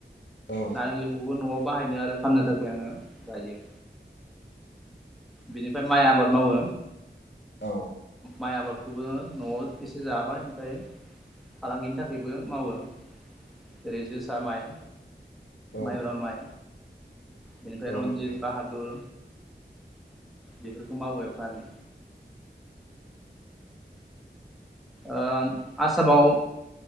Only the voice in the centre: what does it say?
नारें लिबुखौबो न'आव बाहायनो आरो फाननो थाखाय आङो जायो। बिनिफाय माइ आबाद मावो।
माइ आबादखौबो न'आव एसे जाबाय ओमफाय फालांगिनि थाखायबो मावो जेरै जोसा माइ
माइब्रा माइ बेनिफ्राय
रन्जित,
बाहादुर, बेफोरखौ मावो एफा एनै ओ आसामाव